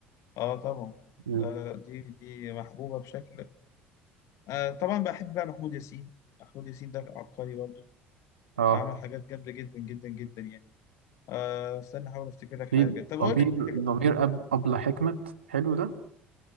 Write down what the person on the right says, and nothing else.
مم.
اه
في
ضمير
ضمير أب أبلة حكمت حلو ده